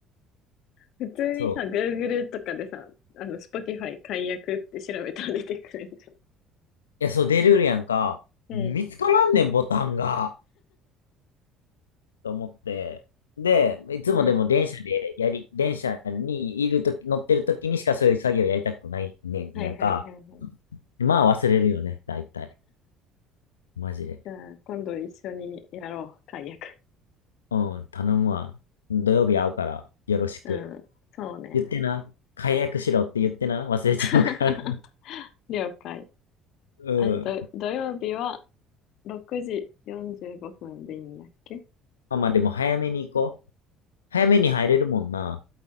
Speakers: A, on the left (about 55°); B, on the left (about 80°).
A: 普通にさ、
B: そう。
A: Google とかでさ、あの、Spotify 解約って調べたら出てくるんじ
B: いや、そう、出るやんか。
A: ゃない
B: 見つからんねん、ボタンが。と思って。で、いつもでも電車でやり、
A: うん、うん。
B: 電車にいるとき、乗ってるときにしかそういう作業やりたくないねんやんか。
A: はいはいはいはい。
B: まあ忘れるよね、大体。マジで。
A: じゃあ、今度一緒にやろう、解約。
B: うん、頼むわ。土曜日会うから、よろしく。
A: うん、そうね。
B: 言ってな。解約しろって言ってな。忘れちゃうから。
A: <laughs> 了解。
B: うん。
A: あれと、土曜日は6時45分でいいんやっけ
B: まあまあでも早めに行こう。早めに入れるもんな。